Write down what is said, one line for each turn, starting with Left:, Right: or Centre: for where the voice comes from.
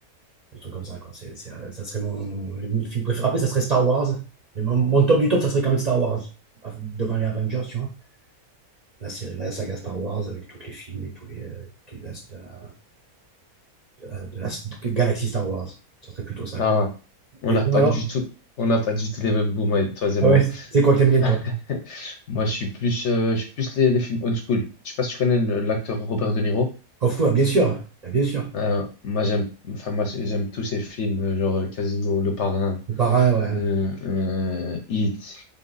Right: des trucs comme ça, quoi. C'est, c'est, euh, ça serait mon, mon film préféré. Après, ça serait Star Wars. Mais mon, mon top du top, ça serait quand même Star Wars, af- devant les Avengers, tu vois. Là, c'est la saga Star Wars avec tous les films et tous les, euh, toutes les- de la, de la- de la galaxie Star Wars. Ça serait plutôt ça,
Left: Ah,
Right: quoi.
Left: on
Right: Et
Left: n'a
Right: toi,
Left: pas
Right: alors?
Left: du tout, on n'a pas du tout les mêmes goûts, moi, et- toi et
Right: Ah
Left: moi.
Right: ouais, c'est quoi que t'aimes bien,
Left: <laughs>
Right: toi?
Left: Moi, je suis plus, euh, je suis plus les, les films old school. Je sais pas si tu connais le- l'acteur Robert De Niro.
Right: Off, ouais, bien sûr, Ah, bien sûr.
Left: Euh, moi, j'aime, enfin, moi, c'est- j'aime tous ces films, euh, genre euh, Casino, Le Parrain,
Right: C'est pareil, ouais.
Left: euh, euh, Heat,